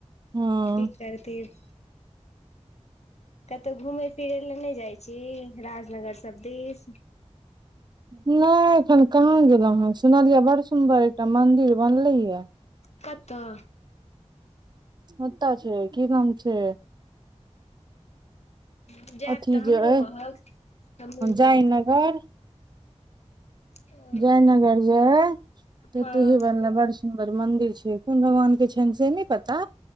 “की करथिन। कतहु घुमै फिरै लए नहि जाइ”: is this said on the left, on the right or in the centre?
Left